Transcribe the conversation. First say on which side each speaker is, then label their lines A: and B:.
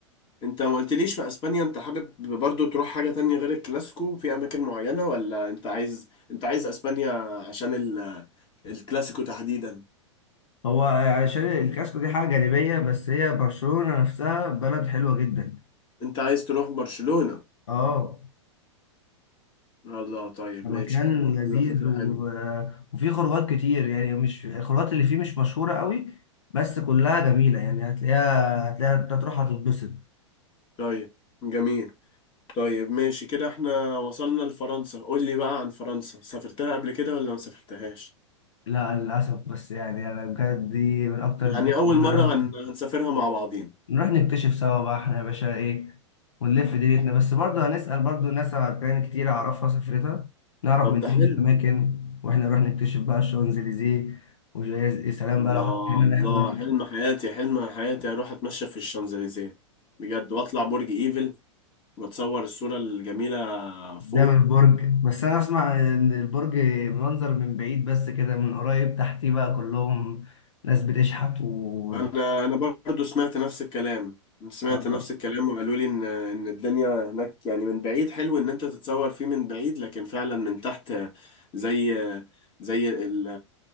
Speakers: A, on the left (about 30°); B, on the left (about 70°).
A: انت ما قلتليش في اسبانيا انت حابب برضو تروح حاجة تانية غير الكلاسيكو في اماكن معينة ولا انت عايز انت عايز اسبانيا عشان ال... الكلاسيكو تحديدا
B: هو عشان الكاسكو دي حاجه جانبيه بس هي برشلونه نفسها بلد حلوه جدا
A: انت عايز تروح برشلونة
B: اه
A: الله طيب
B: مكان
A: ماشي حلوة
B: لذيذ
A: حلوة فكرة
B: و...
A: حلوة
B: وفيه خروجات كتير يعني مش الخروجات اللي فيه مش مشهورة قوي بس كلها جميلة يعني هتلاقيها هتلاقيها انت تروح هتتبسط
A: طيب جميل طيب ماشي كده احنا وصلنا لفرنسا قول لي بقى عن فرنسا سافرتها قبل كده ولا ما سافرتهاش
B: لا للأسف بس يعني أنا بجد دي من أكتر
A: يعني
B: البلاد
A: اول
B: اللي
A: مرة
B: أنا عايز-
A: هن... هنسافرها مع بعضين
B: نروح نكتشف سوا بقى إحنا يا باشا إيه ونلف دنيتنا بس برضه هنسأل برضه ناس على كان كتير أعرفها سافرتها نعرف
A: طب
B: منهم
A: ده حلو
B: الأماكن وإحنا نروح نكتشف بقى الشانزليزيه ويا سلام
A: الله
B: بقى لو هنا
A: الله
B: نحضر
A: حلم حياتي حلم حياتي اروح اتمشى في الشانزليزيه بجد واطلع برج ايفل واتصور الصوره الجميله فوق
B: قدام البرج بس انا اسمع ان البرج منظر من بعيد بس كده من قريب تحتيه بقى كلهم ناس بتشحت و
A: انا انا برضو سمعت نفس الكلام سمعت
B: آه،
A: نفس الكلام وقالوا لي ان ان الدنيا هناك يعني من بعيد حلو ان انت تتصور فيه من بعيد لكن فعلا من تحت زي زي ال-